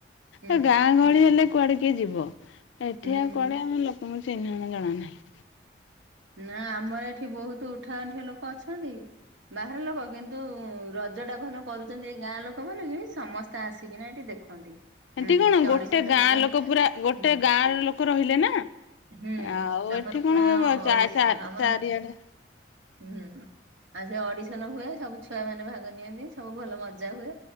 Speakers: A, on the right; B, on the left.
A: ହୁଁ
B: ହେ ଗାଁ ଗହଳି ହେଲେ କୁଆଡେ କିଏ ଯିବ ଏଠି
A: ହୁଁ।
B: ଆଉ କୁଆଡେ ଆମେ ଲୋ ମୁଁ ଚିହ୍ନିନୁ ଜଣା ନାହିଁ।
A: ନା ଆମର ଏଠି ବହୁତୁ ଉଠା ଅଣ୍ଠିଆ ଲୋକ ଅଛନ୍ତି। ବାହାର ଲୋକ କିନ୍ତୁ ରଜ ଟା ଭଲ କରୁଛନ୍ତି ଏ ଗାଁ ଲୋକ ମାନେ ବି ସମ ତ ଆସିକିନା ଏଠି ଦେଖନ୍ତି।
B: ହେଟି
A: ହୁଁ
B: କଣ
A: ସେ
B: ଗୋଟେ
A: ଅଡିସନ ରେ
B: ଗାଁ
A: ତାଙ୍କ
B: ଲୋକ ପୁରା ଗୋଟେ
A: ହୁଁ
B: ଗାଁ ର ଲୋକ ରହିଲେ ନା।
A: ହୁଁ
B: ଆଉ
A: ତାଙ୍କର
B: ଏଠି କଣ
A: ପୁରା
B: କହିବ ଚା
A: ଅଡିଶନ
B: ଚା
A: ଆମର
B: ଚାରିଆଡେ
A: ହୁଁ। ଆଉ ସେ ଅଡିସନ ହୁଏ ସବୁ ଛୁଆ ମାନେ ଭାଗ ନିଅନ୍ତି ସବୁ ଭଲ ମଜା ହୁଏ।